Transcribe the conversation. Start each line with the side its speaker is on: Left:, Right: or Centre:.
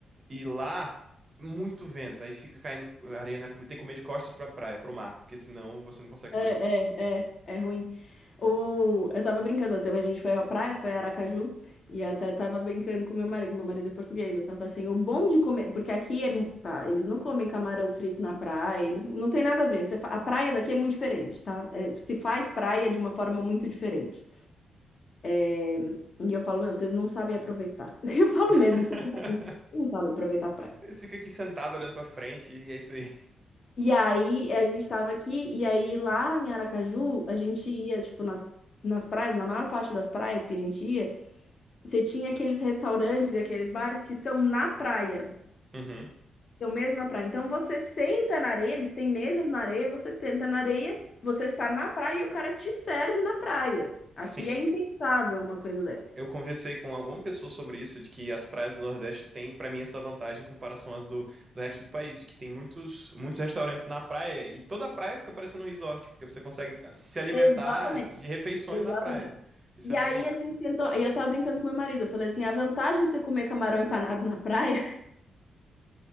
Right: E lá, muito vento. Aí fica caindo areia na comida. Tem que comer de costas pra praia, pro mar. Porque senão você não consegue
Left: É,
Right: comer.
Left: é, é, é ruim. O... Eu tava brincando, até a gente foi à praia, foi a Aracaju, e eu até tava brincando com meu marido, que meu marido é português. Eu tava assim, o bom de comer, porque aqui é, tá, eles não comem camarão frito na praia, eles não tem nada a ver. Você fa- A praia daqui é muito diferente, tá? É, se faz praia de uma forma muito diferente. É, E eu falo, meu, vocês não sabem aproveitar. <laughs> Eu falo
Right: <laughs>
Left: mesmo, vocês não sabem, não sabem aproveitar a praia.
Right: Você fica aqui sentado olhando pra frente e é isso aí.
Left: E aí eh, a gente tava aqui, e aí lá em Aracaju, a gente ia, tipo, nas, nas praias, na maior parte das praias que a gente ia, você tinha aqueles restaurantes e aqueles bares que são na praia,
Right: Uhum.
Left: são mesmo na praia. Então você senta na areia, eles têm mesas na areia, você senta na areia, você está na praia e o cara te serve na praia. Aqui
Right: Sim,
Left: é impensável uma coisa dessa.
Right: eu conversei com alguma pessoa sobre isso, de que as praias do Nordeste têm, pra mim, essa vantagem em comparação às do, do resto do país, de que tem muitos, muitos restaurantes na praia e toda a praia fica parecendo um resort, porque você consegue se alimentar
Left: Exatamente,
Right: de refeições
Left: exatamente.
Right: na praia. Isso
Left: E
Right: é muito
Left: aí
Right: bom.
Left: a gente sentou, e eu tava brincando com meu marido, eu falei assim, a vantagem de você comer camarão empanado na praia